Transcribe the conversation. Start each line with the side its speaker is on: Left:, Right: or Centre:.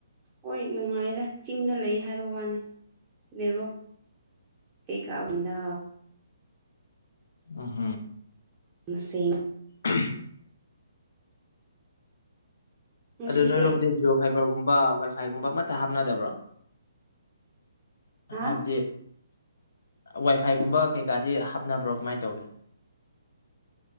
Right: ꯍꯣꯏ ꯅꯨꯡꯉꯥꯏꯗ ꯆꯤꯡꯗ ꯂꯩ ꯍꯥꯏꯕ ꯋꯥꯅꯤ ꯅ‌ꯦꯠꯋꯥꯛ ꯀꯩ ꯀꯥꯕꯨꯅꯤꯗ
Left: ꯑꯝ ꯍꯝ
Right: ꯁꯦꯡ
Left: <unintelligible>
Right: ꯉꯁꯤꯁꯦ
Left: ꯑꯗ‌ꯣ ꯅꯣꯏꯔꯣꯝꯗꯤ ꯖꯤꯑꯣ ꯐꯥꯏꯕꯔꯒꯨꯝꯕ ꯋꯥꯏꯐꯥꯏꯒꯨꯝꯕ ꯑꯃꯠꯇ ꯍꯥꯞꯅꯗꯕ꯭ꯔꯣ
Right: ꯍꯥ
Left: ꯍꯥꯏꯕꯗꯤ ꯋꯥꯏꯐꯥꯏꯒꯨꯝꯕ ꯀꯩꯀꯥꯗꯤ ꯍꯥꯞꯅꯕ꯭ꯔꯣ ꯀꯃꯥꯏ ꯇꯧꯒꯦ <inaudible>